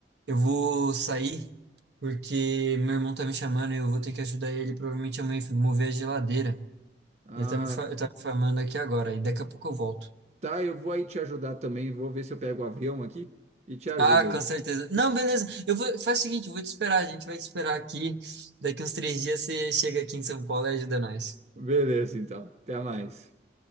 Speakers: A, on the right (about 75°); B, on the right (about 40°).
A: Eu vou sair porque meu irmão tá me chamando e eu vou ter que ajudar ele provavelmente amanhã a mãe mover a geladeira.
B: Ah,
A: Ele tá me, fa- ele tá me formando aqui agora, e daqui a pouco eu volto.
B: tá, eu vou aí te ajudar também. Vou ver se eu pego o avião aqui e te ajudo
A: Ah, com
B: aí.
A: certeza. Não, beleza. Eu vou, faz o seguinte, eu vou te esperar, a gente vai te esperar aqui. Daqui uns três dias você chega aqui em São Paulo e ajuda nós.
B: Beleza, então. Até mais.